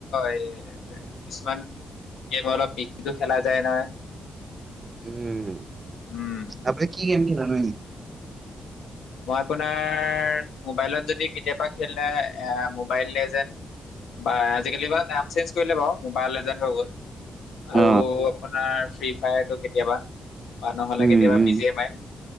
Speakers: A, on the left (about 80°); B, on the right (about 35°).
A: এই- কিছুমান গেম অলপ পিচিটো খেলা যায় নহয়।
B: উম।
A: উম।
B: আপুনি কি গেম খেলা নো?
A: মই আপোনাৰ মোবাইলত যদি কেতিয়াবা খেলে এ মোবাইল লেজন্ড। বা আজিকালি বা নাম চেইঞ্জ কৰিলে বাৰু মোবাইল এজেণ্ট হৈ গ'ল।
B: অ
A: আৰু আপোনাৰ ফ্ৰী ফায়াৰটো কেতিয়াবা বা নহ'লে
B: উম
A: কেতিয়াবা
B: উম
A: বি জি এম আই।